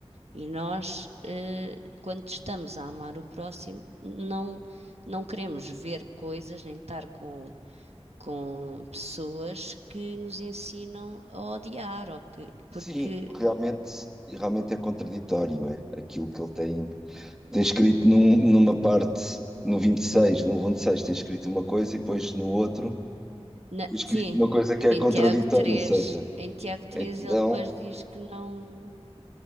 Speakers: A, on the right; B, in the centre.
A: E nós, eh, quando estamos a amar o próximo, não, não queremos ver coisas nem estar com, com pessoas que nos ensinam a odiar, ou que,
B: Sim,
A: porque,
B: realmente, realmente é contraditório, é aquilo que ele tem, tem escrito num- numa parte, no 26, no 26 tem escrito uma coisa e depois no outro
A: na-
B: tem escrito
A: sim,
B: uma coisa que é
A: em
B: contraditória,
A: Tiago três
B: ou seja,
A: em Tiago três
B: então,
A: ele depois diz que não.